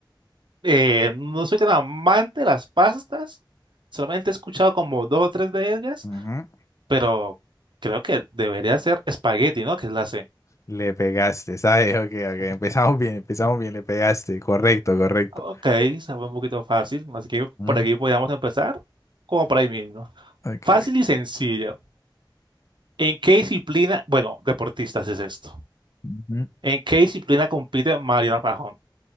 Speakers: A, on the right; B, on the left.
A: Eh, no soy tan amante de las pastas, solamente he escuchado como dos o tres de ellas,
B: Ujú.
A: pero creo que debería ser espagueti, ¿no? Que es la C.
B: Le pegaste, ¿sabes? Ok, ok. Empezamos bien, empezamos bien. Le pegaste. Correcto, correcto.
A: Ok, sabe un poquito fácil, así que por
B: Mm,
A: aquí podríamos empezar, como por ahí mismo.
B: Ok,
A: Fácil
B: ok.
A: y sencillo. ¿En qué disciplina, bueno, deportistas es esto?
B: Ujú.
A: ¿En qué disciplina compite Mariana Pajón?